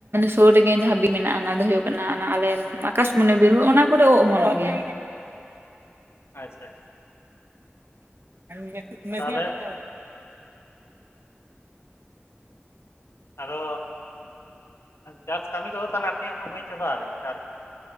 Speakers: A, on the right; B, on the left.
A: ᱥᱩᱨ ᱨᱮᱜᱮ ᱡᱟᱦᱟᱸ ᱵᱤ ᱢᱮᱱᱟᱜᱼᱟ ᱚᱱᱟ ᱫᱚ ᱦᱩᱭᱩᱜ ᱠᱟᱱᱟ ᱟᱞᱮ᱾ ᱟᱠᱟᱥᱢᱚᱱᱤ ᱵᱤᱨᱦᱚ ᱚᱱᱟ ᱠᱚᱨᱮ ᱚᱜ ᱚᱢᱚᱱᱚᱜ ᱜᱮᱭᱟ᱾
B: ᱟᱪᱪᱷᱟ ᱾
A: ᱢᱮ ᱢᱮᱥᱤᱞ
B: ᱛᱟᱦᱚᱞᱮ
A: ᱢᱤᱫ <unintelligible>
B: ᱟᱫᱚ ᱪᱟᱥ ᱠᱟᱹᱢᱤ ᱠᱚᱫᱚ ᱛᱟᱦᱚᱞᱮ ᱟᱯᱮᱭᱟᱜ ᱫᱚ ᱦᱩᱭ ᱪᱟᱵᱟ ᱠᱟᱱᱟ ᱥᱮ ᱟᱨᱤᱭᱟ?